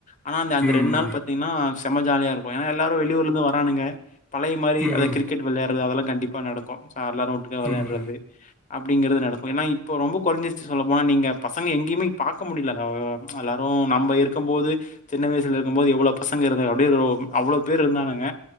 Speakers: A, on the left; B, in the centre.
A: ஆனா அந்த அந்த
B: ம்.
A: ரெண்டு நாள் பாத்தீங்கன்னா செம ஜாலியா இருக்கு ஏனா எல்லாரு வெளியூர்ல இருந்து வரானுங்க பழைய மாரி
B: ம்.
A: அதா கிரிக்கெட விளையாடறது அதெல்லா கண்டிப்பா நடக்கு எல்லாரு ஒட்டுக்கா விளையாடுறது
B: ம்.
A: அப்படிங்கறது நடக்கு‌ ஏனா இப்ப ரொம்போ குறைஞ்சிருச்சு சொல்ல போனா நீங்க பசங்க எங்கேயுமே பாக்க முடியல ப்ச் எல்லாரு நம்ம இரு க்கும்போது சின்ன வயசுல இருக்கும்போது எவ்வளவு பசங்க இருந்தாங்க அப்போ அவ்ளோ பேர் இருந்தாங்க